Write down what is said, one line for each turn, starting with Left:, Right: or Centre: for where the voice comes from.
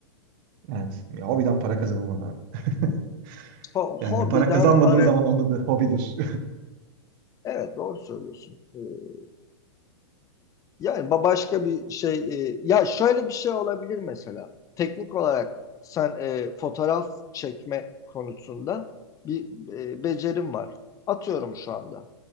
Right: evet ya, hobiden para kazanılmaz abi. <laughs>
Left: Ho- hobiden
Right: Yani para kazanmadığın
Left: para...
Right: zaman onda da hobidir.
Left: Evet doğru söylüyorsun. Ee, yani ba- başka bir şey... e, ya şöyle bir şey olabilir mesela. Teknik olarak sen e, fotoğraf çekme konusunda bir e, becerim var. Atıyorum şu anda.